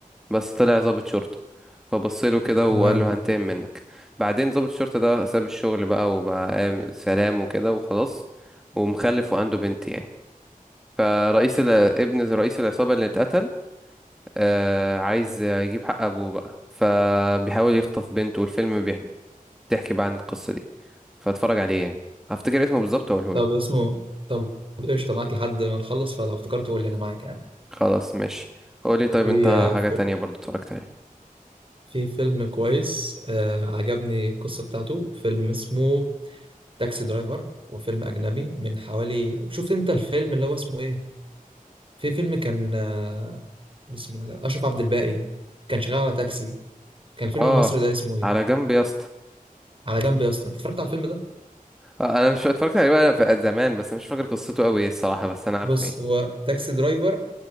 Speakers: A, in the centre; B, on the right (about 35°).
A: بس طلع ضابط شرطة فبصله كده وقال
B: تمام
A: له هنتقم منك بعدين ضابط الشرطة ده ساب الشغل بقى وبقى قام- سلام وكده وخلاص ومخلف وعنده بنت يعني فرئيس ال... ابن رئيس العصابة اللي اتقتل آه عايز يجيب حق أبوه بقى فبيحاول يخطف بنته والفيلم بيحكي تحكي بقى عن القصة دي فاتفرج عليه يعني هفتكر اسمه بالظبط واقوله
B: طب
A: لك
B: اسمه طب قشطة معاك لحد ما نخلص فلو افتكرت قول لي انا معاك يعني
A: خلاص ماشي قول لي طيب
B: في
A: انت
B: آه،
A: حاجة
B: فيلم
A: تانية برضو اتفرجت عليها
B: في فيلم كويس آه عجبني القصة بتاعته فيلم اسمه تاكسي درايفر وفيلم اجنبي من حوالي شفت انت الفيلم اللي هو اسمه ايه في فيلم كان آه بسم الله اشرف عبد الباقي كان شغال على تاكسي كان الفيلم
A: اه
B: المصري ده اسمه ايه
A: على جنب يا اسطى
B: على جنب يا اسطى انت اتفرجت على الفيلم ده
A: آه انا مش اتفرجت عليه وانا في زمان بس مش فاكر قصته قوي الصراحة بس انا عارفه
B: بص
A: ايه
B: هو تاكسي درايفر